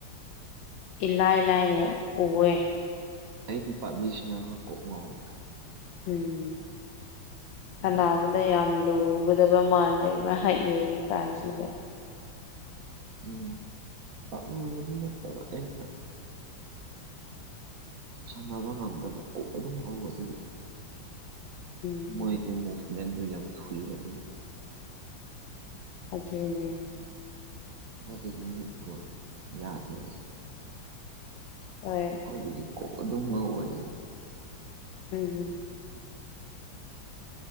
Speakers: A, on the left; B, on the right.
A: ꯏꯂꯥꯏ ꯂꯥꯏꯅ ꯎꯑꯦ
B: ꯑꯩꯗꯤ ꯄꯥꯞꯖꯤ ꯁꯥꯅꯕ ꯀꯣꯛ ꯉꯧꯏ
A: ꯎꯝ ꯍꯜꯂꯛꯑꯕꯅꯤ
B: ꯑꯗꯨꯒꯤ
A: <unintelligible> ꯌꯥꯝ ꯂꯨꯒꯗꯕ ꯃꯥꯜꯂꯦ ꯉꯥꯏꯍꯥꯛ ꯌꯦꯡꯉꯤꯀꯥꯟꯁꯤꯗ
B: ꯎꯝ ꯄꯥꯛꯂꯨꯕꯗꯤ ꯅꯠꯇꯕ ꯑꯩꯅ ꯁꯥꯟꯅꯕ ꯉꯝꯗꯕ ꯀꯣꯛ ꯑꯗꯨꯝ ꯆꯥꯎꯕ ꯑꯗꯨꯒꯤ
A: ꯎꯝ
B: ꯃꯣꯏꯗꯤ
A: ꯎꯝ
B: ꯃꯥꯔꯀꯁꯃꯦꯟꯗꯨ ꯌꯥꯝ ꯊꯨꯌꯦꯕ ꯑꯗꯨꯒꯤ
A: <unintelligible>
B: ꯑꯗꯨꯒꯤ ꯃꯤꯠꯇꯣ ꯌꯥꯗꯦꯕ
A: ꯍꯣꯏ
B: ꯑꯗꯨꯗꯤ ꯀꯣꯛ ꯑꯗꯨꯝ ꯉꯥꯎꯋꯦ ꯑꯩꯩꯗꯣ
A: ꯎꯝ ꯎꯝ